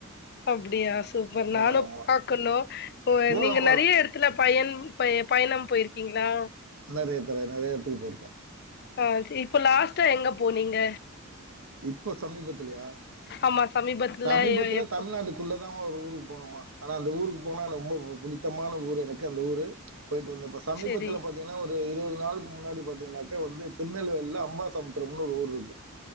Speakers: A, on the left; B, on the right.
A: அப்டியா ஸ் சூப்பர் நானும்
B: ஆமா.
A: பாக்கணு இப்ப
B: போலாம்,
A: நீங்க
B: போலாம்.
A: நெறைய எடத்துல பையன்-பய பயணம் போயிருக்கீங்ளா
B: <unintelligible> நெறைய இடத்துக்கு போயிருக்கே
A: ஆஹ் சி இப்ப லாஸ்ட்டா எங்க போனீங்க
B: இப்ப சமீபத்துலயா
A: ஆமா
B: சமீபத்துல
A: எ எப்போ
B: தமிழ்நாட்டுக்குள்ளதா ஒரு ஊரு போனுமா ஆனா அந்த ஊருக்கு போனா ரொம்ப புனித்தமான ஊரு எனக்கு அந்த ஊரு போயிட்டு வந்து இப்ப சமீபத்துல
A: செரி
B: பாத்தீங்கன்னா ஒரு இரு நாளுக்கு முன்னாடி பாத்தீங்கன்னாக்க வந்து திருநெல்வேலில அம்பா சமுத்திரம்னு ஒரு ஊர் இருக்கு